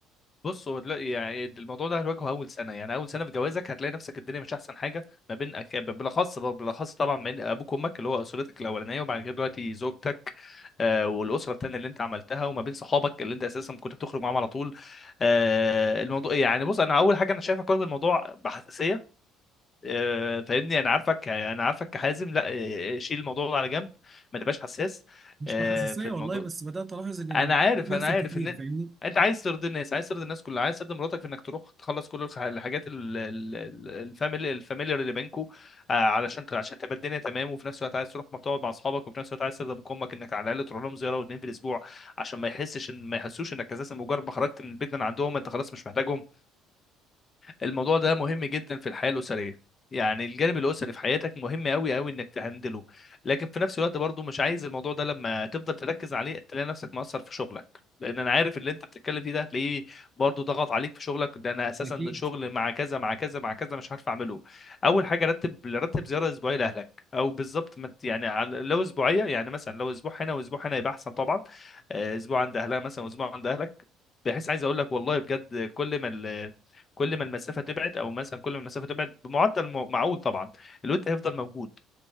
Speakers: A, on the left; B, on the right.
A: بص هو دلوقتي يعني الموضوع ده هنواجهه اول سنه يعني اول سنه في جوازك هتلاقي نفسك الدنيا مش احسن حاجه ما بين أك... بالاخص بالاخص طبعا من ابوك وامك اللي هو اسرتك الاولانيه وبعد كده دلوقتي زوجتك آه والاسره التانيه اللي انت عملتها وما بين صحابك اللي انت اساسا كنت بتخرج معاهم على طول آه الموضوع يعني بص انا اول حاجه انا شايفك واخد الموضوع بحساسيه آه فاهمني انا عارفك انا عارفك كحازم لا آه، شيل الموضوع ده على جنب ما تبقاش حساس
B: مش
A: آه،
B: بحساسية
A: في الموضوع
B: والله بس بدأت ألاحظ إن ال-
A: انا عارف
B: بيحصل
A: انا عارف
B: كتير
A: ان
B: فاهمني
A: انت عايز ترضي الناس عايز ترضي الناس كلها عايز ترضي مراتك في انك تروح تخلص كل الخ- الحاجات ال- ال- ال- الفاميلي الفاميليار اللي بينكو آه، علشان ت- عشان تبقى الدنيا تمام وفي نفس الوقت عايز تروح ما تقعد مع اصحابك وفي نفس الوقت عايز ترضي ابوك وامك انك على الاقل تروح لهم زياره واثنين في الاسبوع عشان ما يحسش ان ما يحسوش انك اساسا مجرد ما خرجت من البيت من عندهم انت خلاص مش محتاجهم الموضوع ده مهم جدا في الحياه الاسريه يعني الجانب الاسري في حياتك مهم قوي قوي انك تهندله لكن في نفس الوقت برضو مش عايز الموضوع ده لما تفضل تركز عليه تلاقي نفسك مقصر في شغلك لان انا عارف اللي انت بتتكلم فيه ده هتلاقيه برضو ضغط عليك في شغلك ده انا اساسا
B: أكيد
A: شغل مع كذا مع كذا مع كذا مش عارف اعمله اول حاجه رتب رتب زياره اسبوعيه لاهلك او بالظبط ما ت- يعني على- لو اسبوعيه يعني مثلا لو اسبوع هنا واسبوع هنا يبقى احسن طبعا آه، اسبوع عند اهلها مثلا واسبوع عند اهلك بحيث عايز اقول لك والله بجد كل ما ال- كل ما المسافه تبعد او مثلا كل ما المسافه تبعد بمعدل م- معقول طبعا الود هيفضل موجود